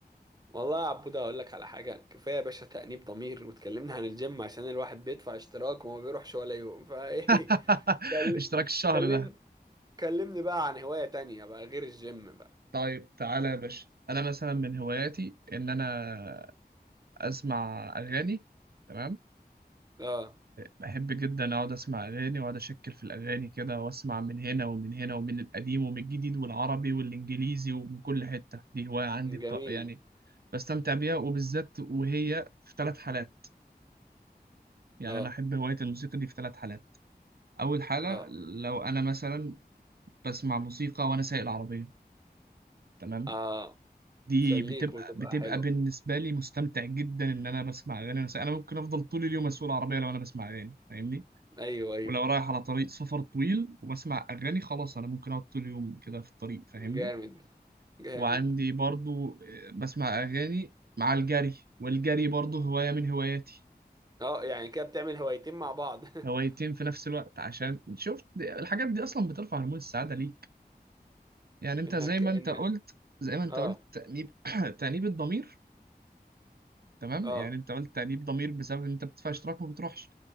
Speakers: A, on the right; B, on the right.
A: والله يا عبود اقول لك على حاجه كفايه يا باشا تأنيب ضمير واتكلمنا عن الجيم عشان الواحد بيدفع اشتراك وما بيروحش ولا يوم فايه
B: <laughs>
A: <laughs> كل-
B: اشتراك الشهر
A: كلم
B: ده
A: كلمني بقى عن هوايه تانية بقى غير الجيم بقى
B: طيب تعالى يا باشا انا مثلا من هواياتي ان انا اسمع اغاني تمام
A: اه
B: بحب جدا اقعد اسمع اغاني واقعد اشكل في الاغاني كده واسمع من هنا ومن هنا ومن القديم ومن الجديد والعربي والانجليزي ومن كل حته دي هوايه عندي
A: جميل
B: ق- يعني بستمتع بيها وبالذات وهي في ثلاث حالات يعني
A: اه
B: انا احب هوايه الموسيقى دي في ثلاث حالات اول حاله
A: اه
B: لو انا مثلا بسمع موسيقى وانا سايق العربيه تمام
A: اه
B: دي
A: تسليك
B: بتبقى
A: وتبقى
B: بتبقى
A: حلو
B: بالنسبه لي مستمتع جدا ان انا بسمع اغاني وانا سايق انا ممكن افضل طول اليوم اسوق العربيه لو انا بسمع اغاني فاهمني
A: ايوه ايوه
B: ولو رايح على طريق سفر طويل وبسمع أغاني خلاص أنا ممكن أقعد طول اليوم كده في الطريق فاهمني
A: جامد جامد
B: وعندي برضو آه، بسمع أغاني مع الجري والجري برضو هواية من هواياتي
A: اه يعني كده بتعمل هوايتين مع بعض <laughs>
B: هوايتين في نفس الوقت عشان شفت الحاجات دي أصلا بترفع هرمون السعادة ليك يعني أنت
A: انك
B: زي ما
A: انك
B: أنت قلت زي ما أنت
A: اه
B: قلت تأنيب <clears throat> تأنيب الضمير تمام
A: اه
B: يعني أنت قلت تأنيب ضمير بسبب إن أنت بتدفع اشتراك ما بتروحش